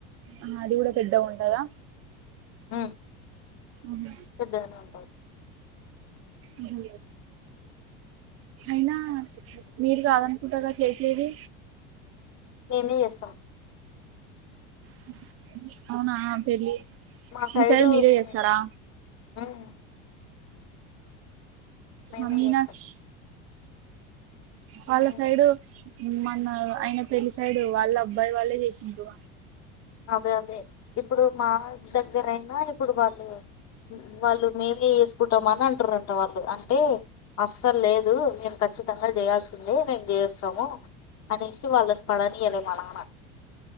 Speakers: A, on the right (about 45°); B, on the left (about 50°).
A: ఆహా అది కూడా పెద్దగా ఉంటదా
B: ఉమ్
A: ఉమ్
B: పెద్దగనే ఉంటది.
A: ఉహు ఐనా మీరు కాదనుకుంటగా చేసేది
B: మేమె చేస్తం
A: హు హు అవునా పెళ్లి
B: మా
A: మీ
B: సైడు
A: సైడ్ మీరే
B: మేమే
A: చేస్తరా?
B: ఉమ్ మేమే
A: మా మీనాక్షి
B: చేస్తాం
A: వాళ్ల
B: ఉమ్
A: సైడు మ్ ఐన ఆయన పెళ్లి సైడు వాళ్ళ అబ్బాయి వాళ్ళే చేసిన్రు.
B: అదే అదే ఇప్పుడు మా దగ్గరయినా ఇప్పుడు వాళ్ళు వాళ్ళు మేమే చేసుకు కుటం అని అంటారుట వాళ్ళు అంటే అస్సలు లేదు. మేము ఖచ్చితంగా చేయాల్సి వుంది మేము చేస్తాము అనేస్ వాళన్ పడనియ్యాలె మా నాన్న